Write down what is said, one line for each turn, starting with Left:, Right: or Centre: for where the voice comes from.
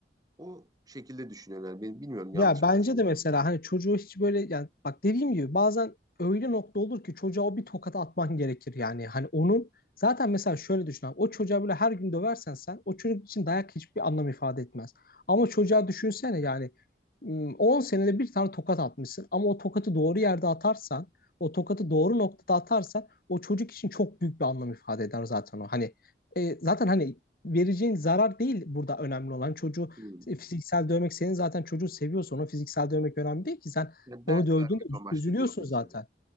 Right: o şekilde düşünüyorum. Yani ben bilmiyorum yanlış
Left: Ya
Right: mı
Left: bence
Right: düşünüyorum.
Left: de mesela hani çocuğu hiç böyle yani bak dediğim gibi bazen öyle nokta olur ki çocuğa o bir tokat atman gerekir yani. Hani onun zaten mesela şöyle düşün abi, o çocuğa böyle her gün döversen sen o çocuk için dayak hiçbir anlam ifade etmez. Ama çocuğa düşünsene yani ım, 10 senede bir tane tokat atmışsın ama o tokatı doğru yerde atarsan o tokatı doğru noktada atarsan o çocuk için çok büyük bir anlam ifade eder zaten o. Hani e, zaten hani vereceğin zarar değil burada önemli olan çocuğu
Right: Hmm.
Left: e, Fiziksel dövmek senin zaten çocuğu seviyorsa ona fiziksel dövmek önemli değil ki. Sen
Right: Yani ders
Left: onu dövdüğünde
Right: vermek
Left: üz-
Right: amaçlı
Left: üzülüyorsun
Right: diyorsun
Left: zaten.
Right: sen.